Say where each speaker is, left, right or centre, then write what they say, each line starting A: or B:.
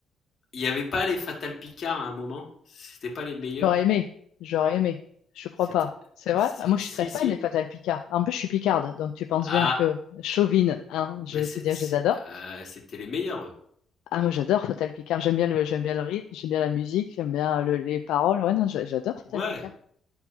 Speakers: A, on the left; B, on the left.
A: Il n'y avait pas les Fatal Picard à un moment? C'était pas les meilleurs?
B: J'aurais aimé, j'aurais aimé. Je crois
A: C'était.
B: pas. C'est vrai?
A: c'est-
B: Ah, Moi, je
A: Si,
B: suis très fan
A: si.
B: des Fatal Picard. En plus, je suis picarde, donc tu penses
A: Ah,
B: bien que chauvine, hein,
A: bah
B: je vais
A: c'est-
B: te dire,
A: c'est-
B: je les adore.
A: euh, c'était les meilleurs, eux.
B: Ah, moi, j'adore Fatal Picard. J'aime bien le, j'aime bien le rythme, j'aime bien la musique, j'aime bien le- les paroles. Ouais, non, j'a- j'adore Fatal
A: Ouais.
B: Picard.